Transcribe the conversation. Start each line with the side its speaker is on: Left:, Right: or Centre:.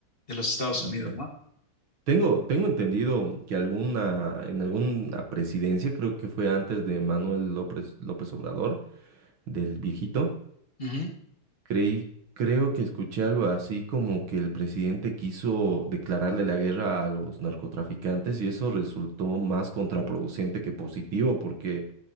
Left: de los Estados
Right: ya.
Left: Unidos, ¿no?
Right: Tengo, tengo entendido que alguna, en alguna presidencia, creo que fue antes de Manuel López, López Obrador, del viejito,
Left: Ujú.
Right: creí, creo que escuché algo así como que el presidente quiso declararle la guerra a los narcotraficantes y eso resultó más contraproducente que positivo, porque